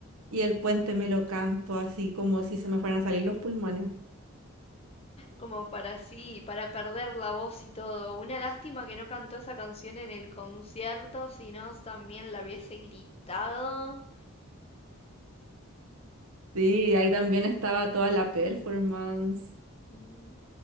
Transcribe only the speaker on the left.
Como para sí, para perder la voz y todo. Una lástima que no cantó esa canción en el concierto, si no también la hubiese gritado.
Mm.